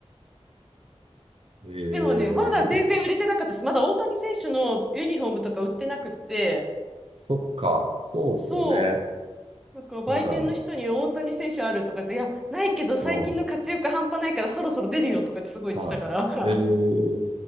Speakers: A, on the right; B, in the centre.
A: えー、
B: でもね、まだ全然売れてなかったし、まだ大谷選手のユニフォームとか売ってなくって、
A: そっか、そうっすよね。
B: そうなんか売店の人に大谷選手あるとかって、
A: まだ、
B: いや、ないけど最近の活躍半端ないからそろそろ出るよとかってすごい言ってたから。
A: うん、はい。
B: <laughs>
A: えー、